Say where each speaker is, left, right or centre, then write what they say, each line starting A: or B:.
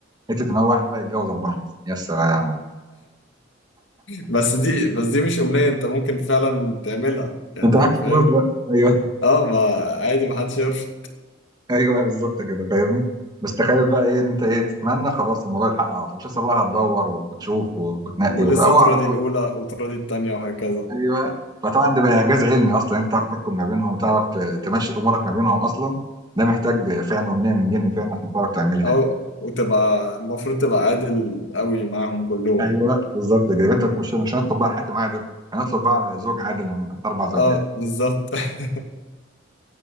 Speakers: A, on the right; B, on the left.
A: انت تبقى واحد بقى يتجوز اربعه مثلا يا سلام
B: بس دي بس دي مش أمنية انت ممكن فعلا تعملها يعني
A: انت معاك
B: فاهم
A: الفلوس بقى ايوه <laughs>
B: اه ما عادي محدش يعرف
A: ايوه بالظبط كده فاهمني بس تخيل بقى ايه ان انت ايه تتمنى خلاص الموضوع يتحقق على طول مش لسه بقى هتدور وتشوف و- وتنقي
B: ولسه
A: و- هو
B: تراضي
A: على طول
B: الأولى وتراضي التانية وهكذا
A: ايوه فطبعا ده بقى اعجاز علمي اصلا انت تعرف تحكم ما بينهم وتعرف ت- تمشي امورك ما بينهم اصلا ده محتاج فعلا امنيه من جن فعلا عشان تعرف تعملها
B: او
A: يعني
B: وتبقى المفروض تبقى عادل قوي معاهم كلهم
A: ايوه بالظبط كده يبقى انت مش مش هنطلب بقى حاكم عادل هنطلب بقى زوج عادل من من اربع زوجات
B: اه بالظبط <laughs>